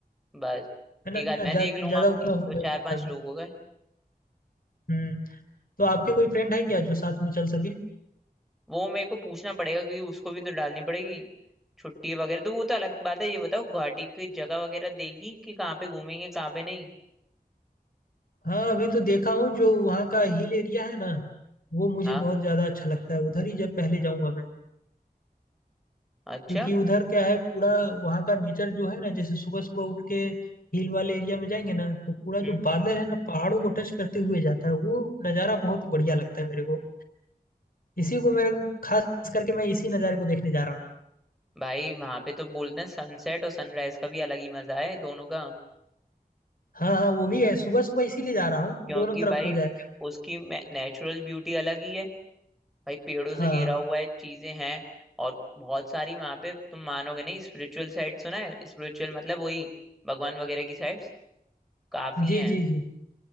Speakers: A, in the centre; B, on the left (about 65°).
A: बस
B: है ना
A: एक आध मैं
B: ज्या-
A: देख लूंगा
B: ज्यादा उतना होगा
A: तो चार
B: होगा
A: पांच
B: भी नहीं।
A: लोग हो गए
B: हम्म। तो आपके कोई फ्रेंड हैं क्या जो साथ में चल सके
A: वो मेरे को पूछना पड़ेगा क्योंकि उसको भी तो डालनी पड़ेगी छुट्टी वगैरह तो वो तो अलग बात है ये बताओ गुवाहाटी की जगह वगैरह देखी कि कहाँ पे घूमेंगे कहाँ पे नहीं
B: हाँ अभी तो देखा हूँ जो वहाँ का हिल एरिया है ना वो मुझे
A: हाँ
B: बहुत ज़्यादा अच्छा लगता है उधर ही जब पहले जाऊँगा मैं
A: अच्छा
B: क्योंकि उधर क्या है पूरा वहाँ का नेचर जो है ना जैसे सुबह सुबह उठ के हिल वाले एरिया में जाएंगे ना तो पूरा
A: हम्म
B: जो बादल है ना पहाड़ों को टच करते हुए जाता है वो नज़ारा बहुत ही बढ़िया लगता है मेरे को इसी को मेरे को खास करके मैं इसी नज़ारे को देखने जा रहा हूँ
A: भाई वहां पे तो बोलते हैं सनसेट और सनराइज का भी अलग ही मजा है दोनों का
B: हाँ हाँ वो भी है सुबह सुबह इसीलिए जा रहा हूँ कि
A: क्योंकि
B: दोनों तरफ
A: भाई
B: हो जाए
A: उसकी नेचुरल ब्यूटी अलग ही है भाई पेड़ों
B: हाँ
A: से घिरा हुआ है चीजें हैं और बहुत सारी वहां पे तुम मानोगे नहीं स्पिरिचुअल साइट सुना है स्पिरिचुअल मतलब वही भगवान वगैरह की साइट्स काफी
B: जी
A: हैं
B: जी जी